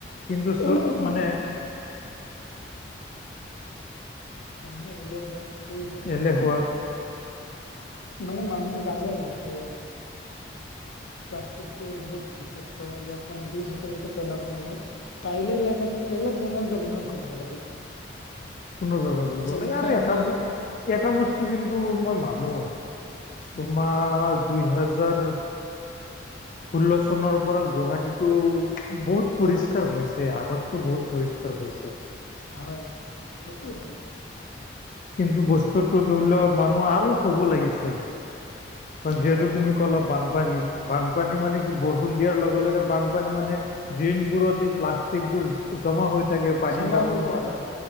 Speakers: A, on the left; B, on the left.
A: কিন্তু চ
B: এলেহুৱা
A: মানে
B: মানুহে এলেহুৱা কৰিব নিবিচাৰে।
A: এলেহুৱা
B: মানে মানুহ জানেই যে প্লাষ্টিকটো বহুত বিষাক্ত ইয়াত মান কি য'তে ত'তে পেলাব নেলায়। পাৰিলে ইয়া কাম কি কৰিলে পুনৰ ব্যৱহাৰ কৰিব লাগে।
A: পুনৰ ব্যৱহাৰ কৰিব
B: যেনেকে
A: লাগে আৰু এটা
B: আমি
A: ব এটা বস্তু কিন্তু মই মানো। তোমাৰ
B: উম
A: দুই হেজাৰ ষোল্ল চনৰ পৰা গুৱাহাটীতটো বহুত পৰিষ্কাৰ হৈছে আগতকৈ বহুত পৰিষ্কাৰ হৈছ- ছে
B: হয় সেইটো হয়।
A: কিন্তু বস্তুতটো ধৰি লওঁক মানুহ আৰু হ'ব লাগিছিল। কাৰন
B: হয়
A: যিহেতু তুমি ক'লা বানপানী বানপানী মানে
B: উম
A: কি? বৰষুণ দিয়াৰ লগে লগে বানপানী মানে ড্ৰেইনবোৰত এই প্লাষ্টিক বোৰ জমা হৈ থাকে পানী
B: জমা
A: যাব
B: হৈ
A: নোৱাৰে।
B: যায় অ